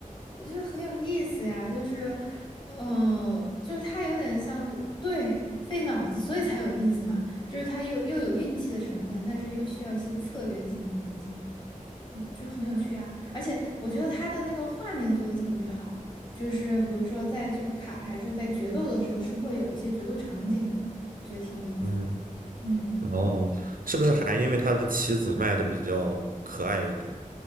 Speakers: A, on the left; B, on the right.
A: 我觉得很有意思呀，就是，嗯、就是它有点像是对费脑子，所以才有意思嘛，就是它又又有运气的成分，但是又需要一些策略性的东西，嗯，就很有趣啊。而且我觉得它的那个画面做的特别好，就是比如说在这个卡牌就是在决斗的时候是会有一些决斗场景的，我觉得挺有意思。
B: 嗯，
A: 嗯。
B: 哦，是不是还因为它的棋子卖的比较可爱一点？